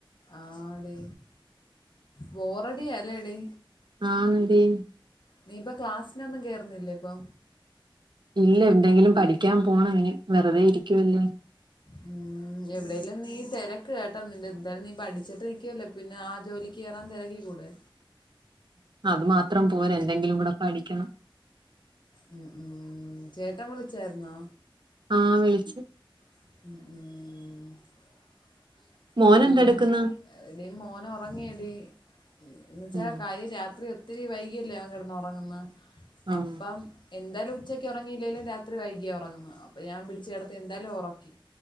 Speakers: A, on the left; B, on the right.
A: ആടി ബോറടിയ അല്ലേടി
B: ആന്നടി
A: നീ ഇപ്പ ക്ലാസ്സിനൊന്നും കേറുന്നില്ലേ ഇപ്പൊ
B: ഇല്ല എന്തെങ്കിലും പഠിക്കാൻ പോണം ഇനി വെറുതെ ഇരിക്കുവല്ലേ
A: ഉം എവിടേലും നീ തെരക്ക് കേട്ടോ നിന്റെ എന്തായാലും നീ പഠിച്ചിട്ടിരിക്കുവല്ലേ പിന്നെ ആ ജോലിക്ക് കേറാൻ തിരക്കിക്കൂടെ
B: അത് മാത്രം പോരാ എന്തെങ്കിലുംകൂടെ പഠിക്കണം
A: ഉം ഉം ചേട്ടൻ വിളിച്ചായിരുന്നോ
B: ആഹ് വിളിച്ചു
A: ഉം-ഉം
B: മോനെന്തെടുക്കുന്ന്
A: പിന്നെ എടി മോനൊറങ്ങിയെടീ എന്ന്വെച്ചാൽ
B: ഉം
A: കാര്യം രാത്രി ഒത്തിരി വൈകിയല്ലേ അവൻ കിടന്നൊറങ്ങുന്നേ
B: ഉം
A: അപ്പം എന്തലും ഉച്ചക്കൊറങ്ങിയില്ലേലും രാത്രി വൈകിയാണ് ഒറങ്ങുന്നത് അപ്പൊ ഞാൻ പിടിച്ച്കിടത്തി എന്തായാലും ഒറക്കി